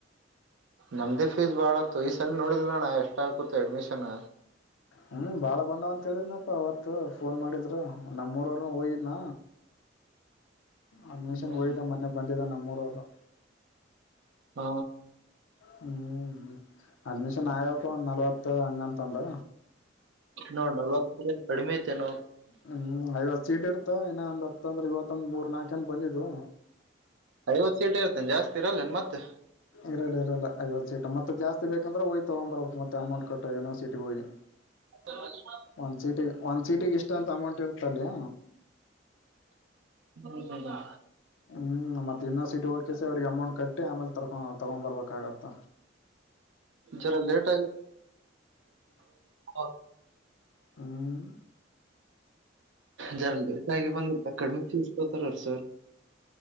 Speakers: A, on the right; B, on the left.
A: ನಮ್ದೇ ಫೀಸ್ ಬಾಳತ್ತ ಈ ಸಲ ನೋಡಿದಿಲ್ಲಣ್ಣ ಎಷ್ಟ ಆಕುತ್ತದ ಅಡ್ಮಿಷನ್.
B: ಹ್ಞೂ ಭಾಳ ಬಂದಾವ ಅಂತ ಹೇಳೇಳಿದ್ನಪ್ಪ. ಅವತ್ತು ಫೋನ್ ಮಾಡಿದಿದರು ನಮ್ಮೂರವರು ಹೋಗಿದ್ನ.
A: <inaudible>
B: ಅಡ್ಮಿಷನ್
A: ಹ್ಮ್
B: ಹೊಗಿಯ್ದ ಮೊನ್ನೆ ಬಂದಿದ್ದ ನಮ್ಮೂರವರು,
A: ಹ್ಮ.
B: ಹ್ಮ್ ಅಡ್ಮಿಷನ್ ಆಗ್ಯಾಪ್ಪ ಒಂದ್ ನಲ್ವತ್ತು ಅಂಗ ಅಂತ ಅಂದ್.
A: ನೋಡ್ ನಲ್ವತ್ತ ಅಂದ್ರ್ ಕಡಿಮೆ ಆಯಿತ್ ನೋ
B: ಹ್ಮ್ ಐವತ್ ಸೀಟ್ ಇರ್ತವ್. ಇನ್ನ ಒಂದ್ ಹತ್ತಂದ್ರ ಇವತ್ತೊಂದ ಮೂರ್ ನಾಕ ಜನ ಬಂದಿದವು.
A: ಐವತ್ತು ಸೀಟ ಇರ್ತ್ತದ ಜಾಸ್ತಿ, ಇರಲ್ಲೇನ್ ಮತ್ತೆ
B: ಇರಲ್ಲ ಇರಲ್ಲ ಐವತ್ತು ಸೀಟ ಮತ್ತೆ ಜಾಸ್ತಿ ಬೇಕಂದ್ರೆ ಹೋಗಿ ತಗೊಂಬಬಬೇಕ ಮತ್ತ ಅಮೌಂಟ್ಟ್ಟ ಯೂನಿವರ್ಸಟಿಗೆ ಹೋಗಿ
A: ಹ
B: ಒಂದ್ ಸೀಟಿಗೆ ಒಂದ್ ಸೀಟಿಗೆ ಇಷ್ಟ ಅಂತ ಅಮೌಂಟ್ ಇರುತ್ತಲ್ಲಿಯ
A: ಾ
B: ಹ್ಮ್ ಮತ್ತ ಇನ್ನೊ ಸಿಟಿ ಹೋಗಕೆಸ ಅವ್ರಿಗೆ ಅಮೌಂಟ್ ಕಟ್ಟಿ ಆಮೇಲೆ ತರ್ಕೊ ತಗೊಂಡ್ ಬರ್ಬೇಕಾಗತ್ತ
A: ಜರ ಲೇಟ ಆ
B: ಹ್ಮ್
A: ಜರ ಕಾಯಿ ಬಂದ ಕಡಿಮೆಫೀಸ್ಕೋತಾರ ಸರ್